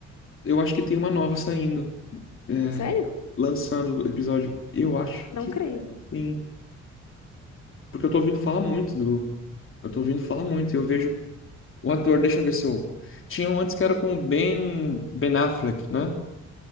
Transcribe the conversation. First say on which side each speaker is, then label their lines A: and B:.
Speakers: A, on the left (about 45°); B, on the left (about 65°).
A: Eu acho que tem uma nova saindo. é,
B: Sério?
A: lançando o episódio. Eu acho
B: Não
A: que
B: creio.
A: tem. Porque eu tô ouvindo falar muito do. Eu tô ouvindo falar muito. E eu vejo o ator, deixa eu ver se eu. Tinha um antes que era com o Ben. Ben Affleck, né?